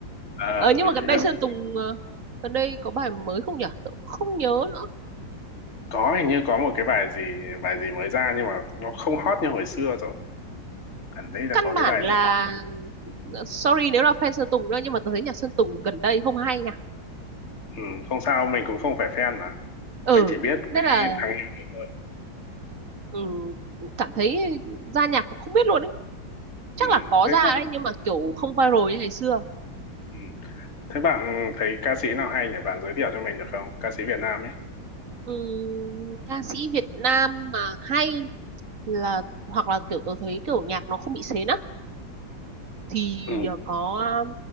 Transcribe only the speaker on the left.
Ờ,
mình
chỉ
biết
có hình như có một cái bài gì bài gì mới ra nhưng mà nó không hot như hồi xưa rồi. Gần đây là
có cái
bài
ừ, không sao mình cũng không phải fan mà
mình chỉ biết
cái
thằng em này thôi
ừ,
thế
không
ừ. thế bạn thấy ca sĩ nào hay nhỉ bạn giới thiệu cho mình được không ca sĩ Việt Nam ấy
ừ.